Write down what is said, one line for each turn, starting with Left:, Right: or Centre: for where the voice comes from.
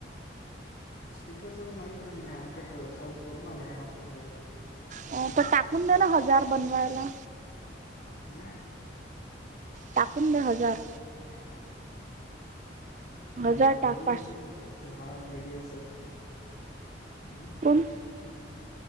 Left: स्टिककरच तर माहित आहे मी मार्केट सर्च करून आलोत मागच्या सळ.
Right: हो प टाकून दे्या ना हजार बनवायला
Left: हम्म
Right: टकून द हजार
Left: हा
Right: हजार
Left: पहिलं
Right: टाक
Left: बघूत
Right: पाच
Left: खरी जर हा रेडी असेल हम
Right: पण